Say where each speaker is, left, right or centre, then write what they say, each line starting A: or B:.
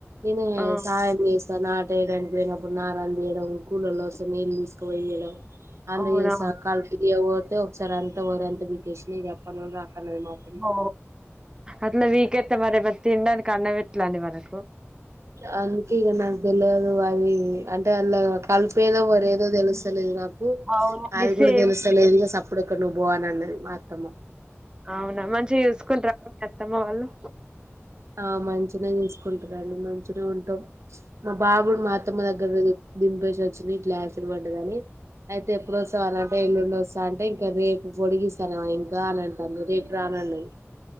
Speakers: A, on the right; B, on the right.
A: నేను
B: ఆ
A: సాయం చేస్తా న తేడానికి పోయినప్పుడు నారలు దీయడం కూలోళ్ళు వస్తే నీళ్ళు తీసుకువేయడం అంద
B: అవునా
A: చేసా కల్పు దియ్య ఒతే ఒకసారి అంత వరి అంత పీకేసిన ఇగ జెప్పను ర పర్లేదు మా పిన్ని
B: ఓ అట్లా వీకెత్తే మరి తినడానికి అన్నం ఎట్లా అండి మనకు
A: అందుకే ఇగ ఇంక నాకు తెల్వదు అది అంటే అళ్ళో కల్పు ఎదో వరి ఏదో తెలుస్తలేదు నాకు
B: అవునండి
A: అది
B: సేమ్
A: కూడా తెలుస్తలేదు ఇగ సప్పుడు ఇక్కడ నువ్వు బో అని అన్నది మా అత్తమ్మ
B: అవునా మంచిగా చూసుకుంటార మీ అత్తమ్మ వాళ్ళు
A: ఆ మంచినె చూసుకుంటు రండి మంచినే ఉంటాం మా బాబుడు మా అత్తమ్మ దగ్గర దింపేసి వచ్చిన ఇట్లా ఎసిడ్ పడ్డదని అయితే ఎప్పుడు వస్తావ్ అనంటే ఎల్లుండ వస్తా అంటే ఇంకా రేపు పొడిగిస్తానవ ఇంకా అని అంటాంది రేపు రా అన్నది